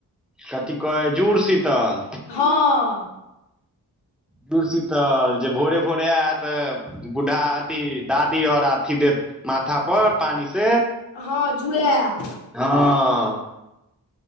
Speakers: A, in the centre; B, on the left.
A: कथी कह जुड़ शीतल।
B: हँ
A: जुरसीतल जे भोरे भोरे आयत बूढ़ा अथी दादी आओर अथी देत माथा पर पानी से
B: हँ जुडैत।
A: हँ